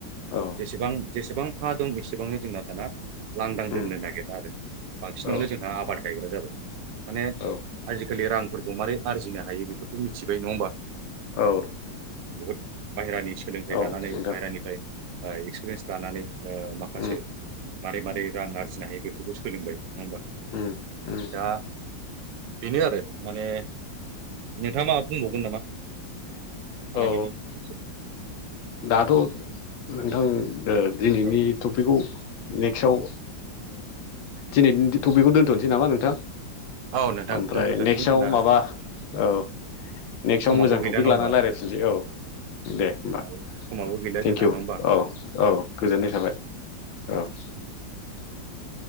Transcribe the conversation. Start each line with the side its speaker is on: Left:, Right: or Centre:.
Left: औ
Right: जेसेबां जेसेबां हा दं एसेबांनो जोंना दाना लांदां दोननो
Left: उम
Right: नागिरा आरो बांसिनावनो
Left: औ
Right: जोंहा आबाद गायग्रा जाबाय माने
Left: औ
Right: आजिखालि रांफोरखौ मारै आरजिनो हायो बेफोरखौ मिथिबाय नङा होमबा
Left: औ
Right: बहुद बाहेरानि सोलोंथाइ
Left: औ
Right: लानानै
Left: नोंथां
Right: बाहेरानिफ्राय एक्सपिरियेन्स लानानै माखासे
Left: उम
Right: मारै मारै रां आरजिनो हायो बेफोरखौ सोलोंबाय होनबा
Left: उम उम
Right: दा बेनो आरो माने नोंथाङ मा बुंबावगोन नामा फालांगिनि
Left: औ
Right: एसे
Left: दाथ नोंथां दिनैनि
Right: औ
Left: टपिकखौ नेक्स्टआव दिनै थ' बेखौ दोन्थनोसै नामा नोंथां
Right: औ नोंथां
Left: ओमफ्राय
Right: दोनथ' जासिगोन
Left: नेक्स्टआव
Right: जोंना
Left: माबा
Right: सम
Left: औ नेक्स्टआव
Right: समाबो
Left: मोजां
Right: गैला
Left: टपिक
Right: नङा होमबा
Left: लानानै रायज्लायफिननोसै औ दे होमबा
Right: ओ समाबो गैला
Left: थेंकिउ
Right: जोंहा नङा होमबा
Left: औ औ गोजोननाय थाबाय औ <inaudible>